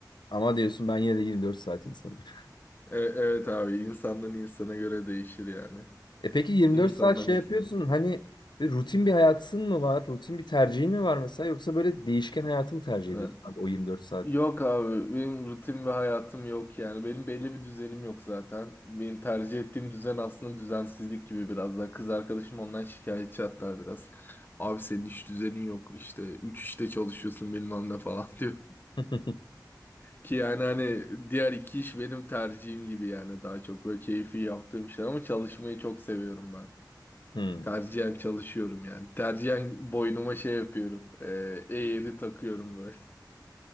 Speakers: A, on the left; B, on the left.
A: Ama diyorsun ben yine de 24 saat insanıyım. <laughs>
B: E- evet abi insandan insana göre değişir yani.
A: E peki 24
B: İnsandan
A: saat şey
B: insana.
A: yapıyorsun hani bir rutin bir hayatın mı var? Rutin bir tercihin mi var mesela yoksa böyle değişken hayatı mı tercih
B: Hı.
A: ediyorsun abi o 24 saat?
B: Yok abi benim rutin ve hayatım yok yani benim belli bir düzenim yok zaten benim tercih ettiğim düzen aslında düzensizlik gibi biraz daha kız arkadaşım ondan şikayetçi hatta biraz abi senin hiç düzenin yok işte üç işte çalışıyorsun bilmem ne falan <laughs> diyor
A: <laughs>
B: ki yani hani diğer iki iş benim tercihim gibi yani daha çok böyle keyfi yaptığım işler ama çalışmayı çok seviyorum ben.
A: Hmm.
B: Tercihen çalışıyorum yani. Tercihen boynuma şey yapıyorum. Eee eğri takıyorum böyle.